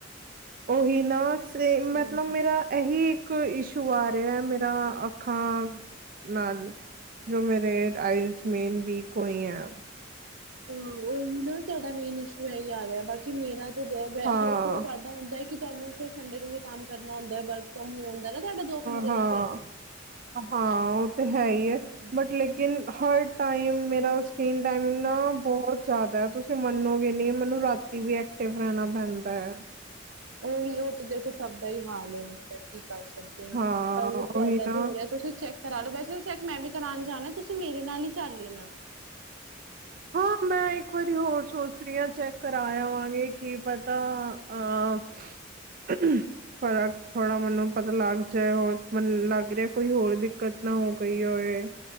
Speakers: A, on the right (about 45°); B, on the right (about 90°).
A: ਉਹੀ ਨਾ ਸੇ ਮਤਲਬ
B: ਹਮ
A: ਮੇਰਾ ਇਹੀ ਇੱਕ ਇਸ਼ੂ ਆ ਰਿਹਾ ਮੇਰਾ ਅੱਖਾਂ ਨਾਲ ਜੋ ਮੇਰੇ ਆਇਸ ਮੇਨ ਵੀਕ ਹੋਈ ਆ
B: ਹ ਉਹਨ ਨਾ ਤੁਹਾਡਾ ਮੇਨ ਇਸ਼ੂ ਇਹ ਆਰਿਯਾ ਐ ਬਾਕੀ ਮੇਰਾ ਹੋਰ
A: ਹਾਂ
B: ਫਿਰ ਤੁਹਾਡਾ ਹੁੰਦਾ ਹੈ ਕਿ ਤੁਹਾਨੂੰ ਫਿਰ ਸੰਡੇ ਨੂੰ ਵੀ ਕੰਮ ਕਰਨਾ ਹੁੰਦਾ ਵਰਕ ਫਰੋਮ ਹੋਮ ਦਾ ਨਾ ਤੁਹਾਡਾ ਦੋ ਘੰਟੇ
A: ਹਾਂ
B: ਦਾ ਫਿਰ
A: ਹਾਂ ਉਹ ਤੇ ਹੈ ਹੀ ਹੈ
B: ਹਾਂ
A: ਬਟ ਲੇਕਿਨ ਹਰ ਟਾਈਮ ਮੇਰਾ ਸਕਰੀਨ ਟਾਈਮਿੰਗ ਨਾ ਬਹੁਤ ਜ਼ਿਆਦਾ ਹੈ ਤੁਸੀਂ ਮੰਨੋਗੇ ਨਹੀਂ ਮੈਨੂੰ ਰਾਤੀ ਵੀ ਐ ਟਿਵਰਣਾ ਪੈਂਦਾ ਹੈ
B: ਉਹੀ ਉਹ ਤਾਂ ਦੇਖੋ ਸਭ ਦਾ ਹੀ ਹਾਲ ਹੈਵੇ ਦਾ ਕੀ ਕਰ ਐਦਾ ਹੀ
A: ਹਾਂ
B: ਪਰ ਤੁਹਾਡਾ
A: ਉਹੀ ਨਾ
B: ਤੇ ਹੋ ਰਿਹਾ ਤੁਸੀਂ ਚੈੱਕ ਕਰਾ ਲੋ ਵੈਸੇ ਨਈ ਚੈੱਕ ਮੈਂ ਵੀ ਕਰਾਉਣ ਜਾਣਾ ਤੁਸੀਂ ਮੇਰੇ ਨਾਲ ਹੀ ਚੱਲ ਲੈਣਾ
A: ਹਾਂ ਮੈਂ ਇੱਕ ਵਾਰੀ ਹੋਰ ਸੋਚ ਰਹੀ ਹਾਂ ਚੈੱਕ ਕਰਾਵਾਂਗੇ ਕਿ ਪਤਾ ਅਹ ਫਰਕ ਥੋੜਾ ਮੈਨੂੰ ਪਤਾ ਲੱਗ ਜਾਏ ਹੋਰ ਮਨ ਲੱਗ ਰਿਹਾ ਕੋਈ ਹੋਰ ਦਿੱਕਤ ਨਾ ਉਹ ਕਹੀਏ